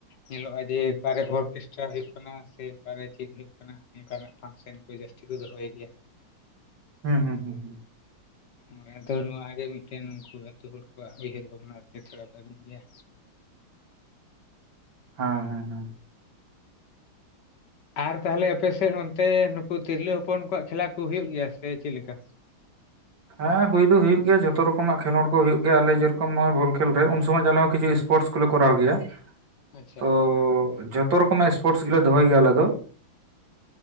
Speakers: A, on the left; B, on the right.
A: ᱧᱮᱞᱚᱜᱼᱟ ᱡᱮ ᱚᱠᱟᱨᱮ ᱚᱨᱠᱮᱥᱴᱨᱟ ᱦᱳᱭᱩᱜ ᱠᱟᱱᱟ ᱥᱮ ᱚᱠᱟᱨᱮ ᱪᱮᱫ ᱦᱳᱭᱳᱜ ᱠᱟᱱᱟ᱾ ᱚᱱᱠᱟᱱᱟᱜ ᱯᱷᱟᱱᱥᱮᱱ ᱠᱚ ᱡᱟᱹᱥᱛᱤ ᱠᱚ ᱫᱚᱦᱚᱭ ᱜᱮᱭᱟ᱾
B: ᱦᱩᱸ ᱦᱩᱸ ᱦᱩᱸ ᱦᱩᱸ᱾
A: ᱦᱳᱭ ᱟᱨ ᱟᱫᱚ ᱱᱚᱣᱟᱜᱮ ᱢᱤᱫᱴᱮᱱ ᱩᱱᱠᱩ ᱟᱹᱛᱩ ᱦᱚᱲ ᱠᱚᱣᱟᱜ ᱩᱭᱦᱟᱹᱨ ᱵᱷᱟᱵᱽᱱᱟ ᱟᱨᱠᱤ ᱛᱷᱳᱲᱟ ᱵᱷᱟᱹᱜᱤ ᱜᱮᱭᱟ᱾
B: <inaudible> ᱦᱚᱸ ᱦᱮᱸ ᱦᱮᱸ᱾
A: ᱟᱨ ᱛᱟᱦᱚᱞᱮ ᱟᱯᱮᱥᱮᱫ ᱱᱚᱱᱛᱮ ᱱᱩᱠᱩ ᱛᱤᱨᱞᱟᱹ ᱦᱚᱯᱚᱱ ᱠᱚᱣᱟᱜ ᱠᱷᱮᱞᱟ ᱠᱚ ᱦᱩᱭᱩᱜ ᱜᱮᱭᱟ ᱥᱮ ᱪᱮᱫ ᱞᱮᱠᱟ?
B: ᱦᱮᱸ ᱦᱩᱭ ᱫᱚ ᱦᱩᱭᱩᱜ ᱜᱮᱭᱟ ᱡᱚᱛᱚ ᱨᱚᱠᱚᱢᱟᱜ ᱠᱷᱮᱞᱳᱰ ᱠᱚ ᱦᱩᱭᱩᱜ ᱜᱮᱭᱟ ᱟᱨ ᱞᱮ ᱡᱮᱨᱚᱠᱚᱢ ᱱᱚ-ᱚᱭ ᱵᱚᱞ ᱠᱷᱮᱞ ᱨᱮ, ᱩᱱ ᱥᱚᱢᱚᱭ ᱟᱞᱮ ᱦᱚᱸᱚᱸ ᱠᱤᱪᱷᱩ ᱤᱥ ᱯᱳᱨᱴᱥ ᱠᱚᱞᱮ ᱠᱚᱨᱟᱣ ᱜᱮᱭᱟ
A: ᱟᱪᱪᱷᱟ
B: ᱛᱚ ᱡᱚᱛᱚ ᱨᱚᱠᱚᱢᱟᱜ ᱥᱯᱳᱨᱴᱥ ᱜᱮᱞᱮ ᱫᱚᱦᱚᱭ ᱜᱮᱭᱟ ᱟᱞᱮ ᱫᱚ᱾